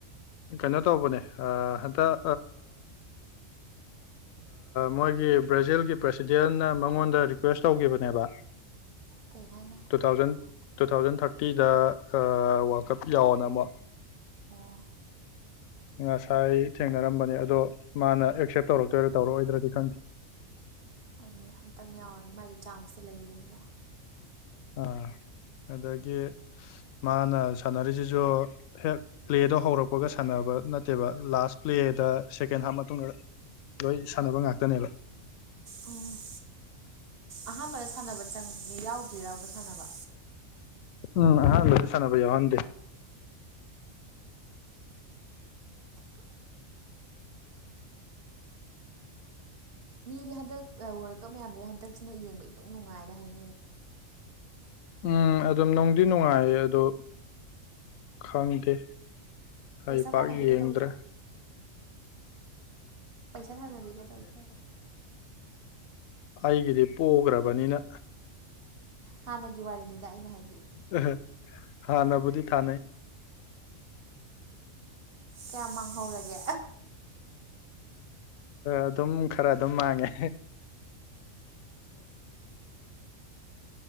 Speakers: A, on the left; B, on the right.
A: ꯀꯩꯅꯣ ꯇꯧꯕꯅꯦ ꯍꯟꯇꯛ ꯃꯣꯏꯒꯤ ꯕ꯭ꯔꯥꯖꯤꯜꯒꯤ ꯄ꯭ꯔꯁꯤꯗꯦꯟꯅ ꯃꯉꯣꯟꯗ ꯔꯤꯀ꯭ꯋꯦꯁ ꯇꯧꯈꯤꯕꯅꯦꯕ
B: ꯀꯩ ꯍꯥꯏꯅ
A: ꯇꯨ ꯊꯥꯎꯖꯟ ꯇꯨ ꯊꯥꯎꯖꯟ ꯊꯥꯔꯇꯤꯗ ꯋꯥꯔꯜ ꯀꯞ ꯌꯥꯎꯅ ꯑꯃꯨꯛ
B: ꯑꯣ
A: ꯉꯁꯥꯏ ꯊꯦꯡꯅꯔꯝꯕꯅꯤ ꯑꯗꯣ ꯃꯥꯅ ꯑꯦꯛꯁꯦꯞ ꯇꯧꯔꯛꯇꯣꯏꯔꯣ ꯇꯧꯔꯛꯑꯣꯏꯗ꯭ꯔꯗꯤ ꯈꯪꯗꯦ
B: ꯍꯣꯏꯅꯦ ꯑꯝꯇꯪ ꯌꯥꯎꯔꯗꯤ ꯃꯥꯗꯤ ꯆꯥꯟꯁꯇꯨ ꯂꯩꯕꯅꯤꯅ
A: ꯑꯥ ꯑꯗꯒꯤ ꯃꯥꯅ ꯁꯥꯟꯅꯔꯤꯁꯤꯁꯨ ꯍꯦꯛ ꯄ꯭ꯂꯦꯗꯣ ꯍꯧꯔꯛꯄꯒ ꯁꯥꯟꯅꯕ ꯅꯠꯇꯦꯕ ꯂꯥꯁ ꯄ꯭ꯂꯦꯗ ꯁꯦꯀꯦꯟ ꯍꯥꯞ ꯃꯇꯨꯡꯗ ꯂꯣꯏ ꯁꯥꯟꯅꯕ ꯉꯥꯛꯇꯅꯦꯕ
B: ꯎꯝ ꯑꯍꯥꯟꯕꯗ ꯁꯥꯟꯅꯕ ꯆꯪꯉ ꯌꯥꯎꯗ꯭ꯔꯤꯔꯎꯕ ꯁꯥꯟꯅꯕ
A: ꯎꯝ ꯑ ꯁꯅꯕꯌꯣ ꯍꯗꯦ
B: ꯃꯤꯗꯤ ꯍꯟꯗꯛ ꯋꯥꯔꯜ ꯀꯞ ꯃꯌꯥꯝꯗ ꯍꯟꯗꯛꯁꯤꯅ ꯌꯦꯡꯕ ꯏ ꯅꯨꯡ ꯅꯨꯡꯉꯥꯏꯒ ꯍꯥꯏꯅꯩꯌꯦ
A: ꯎꯝ ꯑꯗꯨꯝ ꯅꯨꯡꯗꯤ ꯅꯨꯡꯉꯥꯏꯌꯦ ꯑꯗꯣ ꯈꯪꯗꯦ
B: ꯄꯩꯁꯥ
A: ꯑꯩ ꯄꯥꯛ
B: ꯊꯥꯅꯕꯤꯒ
A: ꯌꯦꯡꯗ꯭ꯔꯦ
B: ꯇꯧꯗ꯭ꯔꯣ ꯄꯩꯁꯥ ꯊꯥꯅꯕꯤꯒꯗꯧꯗ꯭ꯔꯕ
A: ꯑꯩꯒꯤꯗꯤ ꯄꯣꯈ꯭ꯔꯕꯅꯤꯅ
B: ꯍꯥꯟꯅꯒꯤ ꯋꯥꯔꯤꯅꯤꯗ ꯑꯩꯅ ꯍꯥꯏꯗꯤ
A: ꯑꯍ ꯍꯥꯟꯕꯨꯗꯤ ꯊ
B: ꯀꯌꯥꯝ ꯃꯥꯡꯍꯧꯔꯒꯦ
A: ꯑꯗꯨꯝ ꯈꯔ ꯑꯗꯨꯝ ꯃꯥꯡꯉꯦ